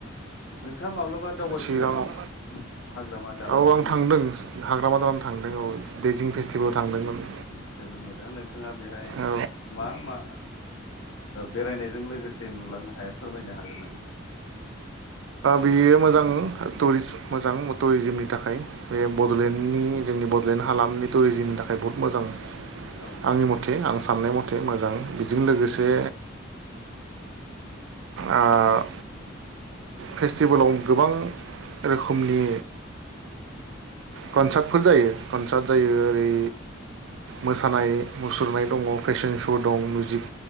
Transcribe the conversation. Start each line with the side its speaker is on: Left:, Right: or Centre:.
Left: नोंथाङा माब्लाबा दावबायफैबाय
Right: चिराङाव
Left: नामा हाग्रामा दालांनि
Right: औ आं थांदों हाग्रामाादारानो थांदों औ दैजिं फेस्टिभेलाव
Left: जोबोर
Right: थांदोंमोन
Left: जोबोर मोजां नोंथाङा बेहाय
Right: औ
Left: मा मा बेरायनायजों लोगोसे नुलांनो हाया फोरमायनो हागोन नामा
Right: बेयो मोजां टुरिस्ट मोजां टुरिजिमनि थाखाय बे बड'लेण्डनि जोंनि बड'लेण्ड हालामनि टुरिजिमनि थाखाय बहुत मोजां
Left: औ
Right: आंनि मथे आं साननाय मथे एसे मोजां बेजों लोगोसे ओ फेस्टिभेलाव गोबां रोखोम रोखोमनि कनसार्टफोर जायो कनसार्ट जायो ओरै मोसानाय मुसुरनाय दङ फेशन श' दं मिउजिक